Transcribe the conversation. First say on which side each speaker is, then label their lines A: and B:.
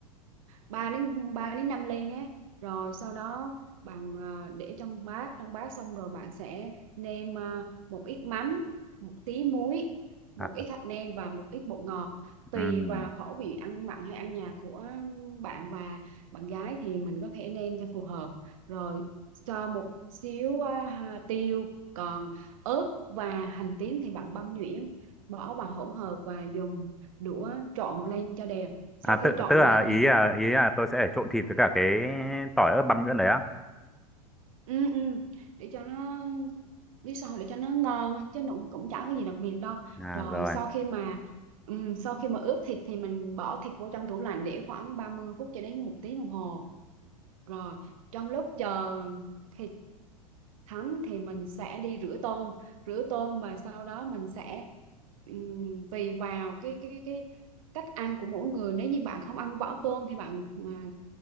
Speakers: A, on the right; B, in the centre.
A: ba đến 3 đến 5 ly nhé rồi sau đó bạn ờ, để trong bát trong bát xong rồi bạn sẽ nêm ờ, một ít mắm một tí muối một
B: à, à,
A: ít hạt nêm và một ít bột ngọt tùy
B: ừm.
A: vào khẩu vị ăn mặn hay ăn nhạt của bạn và bạn gái thì mình có thể nêm cho phù hợp rồi cho một xíu ờ, hà- tiêu còn ớt và hành tím thì bạn băm nhuyễn bỏ vào hỗn hợp và dùng đũa trộn lên cho đều sau
B: à
A: khi
B: tức
A: trộn
B: tức là
A: lên
B: ý là ý là tôi sẽ trộn thịt với cả cái tỏi ớt băm nhuyễn đấy á
A: ừ, ừ, để cho nó biết sao để cho nó ngon chứ nó cũng cũng chả có gì đặc biệt đâu
B: à
A: rồi
B: rồi
A: sau khi mà ừ, sau khi mà ướp thịt thì mình bỏ thịt vô trong tủ lạnh để khoảng 30 phút cho đến một tiếng đồng hồ rồi trong lúc chờ thịt thấm thì mình sẽ đi rửa tôm rửa tôm và sau đó mình sẽ ừm, tùy vào cái cái cái cách ăn của mỗi người nếu như bạn không ăn vỏ tôm thì bạn à,